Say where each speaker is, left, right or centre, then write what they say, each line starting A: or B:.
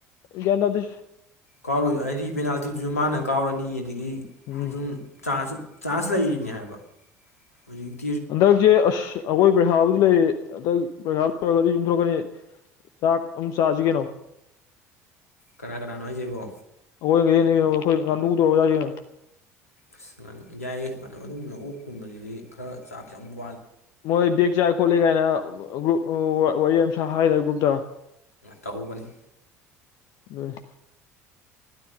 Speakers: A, on the left; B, on the left.
A: ꯟ ꯇ ꯑꯗꯨ
B: ꯀꯥꯎꯔꯣꯏ ꯍꯥꯏꯗꯤ ꯄꯦꯅꯥꯜꯇꯤꯗꯨꯁꯨ ꯃꯥꯅ ꯀꯥꯎꯔꯅꯤ ꯑꯗꯒꯤ
A: ꯎꯝ
B: ꯑꯗꯨꯝ ꯆꯥꯟꯁꯨ ꯆꯥꯟꯁ ꯂꯩꯔꯤꯅꯤ ꯍꯥꯏꯕ ꯍꯧꯖꯤꯛ
A: ꯍꯟꯗꯛꯁꯦ ꯑꯁ ꯑꯩꯈꯣꯏ ꯕꯔꯦꯍꯥꯕꯨꯗꯤ ꯂꯩꯔ ꯍꯟꯗꯛ ꯄꯩꯁꯥ ꯂꯣꯏꯔꯒꯗꯤ ꯌꯨꯝꯊꯣꯔꯛꯀꯅꯤ ꯆꯥꯛ ꯑꯃ ꯆꯥꯁꯤ ꯀꯩꯅꯣ
B: ꯀꯅꯥ ꯀꯅꯥꯅꯣ ꯍꯥꯏꯁꯤꯦꯕꯣ
A: ꯍꯅꯤ ꯁꯅꯨ ꯇꯧꯖꯔꯤꯅ
B: ꯑꯁ ꯌꯥꯏꯑ ꯑꯗꯨꯒ ꯃ ꯑꯣꯛꯀꯨꯝꯕꯁꯤꯗꯤ ꯈꯔ ꯆꯥꯛ ꯆꯪꯕ
A: ꯃꯣꯏ ꯕꯦꯛ ꯆꯥꯏ ꯈꯣꯠꯂꯤ ꯀꯥꯏꯅ ꯒ꯭ꯔꯨꯞ ꯋꯥꯔꯤ ꯁꯥ ꯍꯥꯏꯗꯦ ꯒ꯭ꯔꯨꯞꯇ
B: ꯇꯧꯍꯧꯕꯅꯤ
A: ꯑ